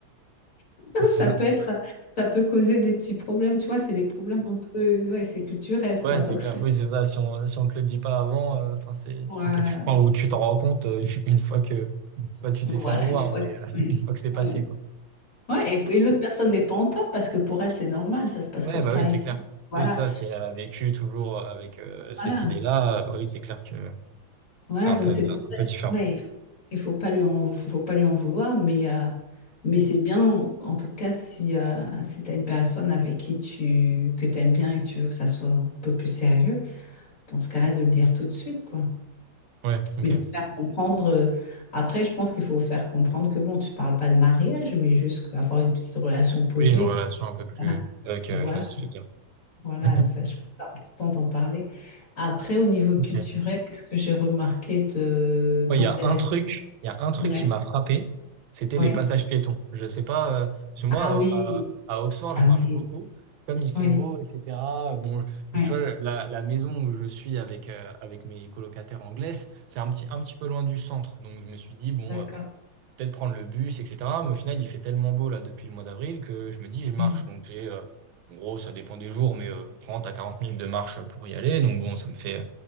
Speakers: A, on the left; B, on the right.
A: <laughs>
B: euh,
A: Ça peut être, ça peut causer des petits problèmes, tu vois, c'est des problèmes un peu, ouais, c'est culturel ça.
B: Ouais, c'est
A: Donc
B: clair.
A: c'est,
B: Oui, c'est ça. Si on, si on te le dit pas avant, euh, enfin, c'est
A: voilà,
B: c'est quelque chose enfin, où tu t'en rends compte euh, <laughs> une fois que pas tu
A: voilà,
B: t'es fait avoir,
A: une fois
B: mais
A: qu'il
B: euh,
A: ouais.
B: <laughs> une fois que c'est passé,
A: Mm.
B: quoi.
A: Ouais, et, et l'autre personne n'est pas en tort parce que pour elle, c'est normal, ça se passe
B: Ouais,
A: comme
B: bah
A: ça
B: oui, c'est
A: ici.
B: clair.
A: Voilà,
B: Oui, ça, si elle a vécu toujours avec euh, cette
A: voilà,
B: idée-là, euh, bah oui, c'est clair que
A: voilà,
B: c'est un
A: donc
B: peu,
A: c'est
B: un
A: pour ça.
B: peu différent.
A: Ouais, il faut pas lui en, faut pas lui en vouloir, mais, euh, mais c'est bien, en tout cas, si, euh, si tu as une personne avec qui tu, que tu aimes bien et que tu veux que ça soit un peu plus sérieux, dans ce cas-là, de le dire tout de suite, quoi.
B: Ouais, ok.
A: Mais de faire comprendre, euh, après, je pense qu'il faut faire comprendre que bon, tu parles pas de mariage, mais juste avoir une petite relation posée.
B: Oui, une relation un peu plus,
A: Voilà,
B: euh, ok, ouais,
A: voilà,
B: je vois ce que tu veux
A: voilà,
B: dire.
A: ça, je pense que c'est important d'en parler. Après, au niveau culturel,
B: <laughs>
A: qu'est-ce que j'ai remarqué de
B: Ouais,
A: d'intéressant?
B: il y a un truc, il y a un truc
A: Ouais,
B: qui m'a frappé, c'était
A: ouais.
B: les passages piétons. Je sais pas, euh, parce que moi,
A: Ah oui,
B: à, à- à Oxford,
A: ah
B: je marche
A: oui,
B: beaucoup. Comme il fait
A: oui,
B: beau, etc. euh, Bon, je-
A: oui
B: tu vois, la, la maison où je suis avec, euh, avec mes colocataires anglaises, c'est un petit, un petit peu loin du centre. Donc, je me suis dit, bon,
A: D'accord.
B: euh, peut-être prendre le bus, etc. Mais au final, il fait tellement beau là depuis le mois d'avril que je me dis, je marche.
A: Oui,
B: Donc j'ai, euh, en gros, ça dépend des jours, mais euh, 30 à 40 minutes de marche pour y aller. Donc bon, ça me fait,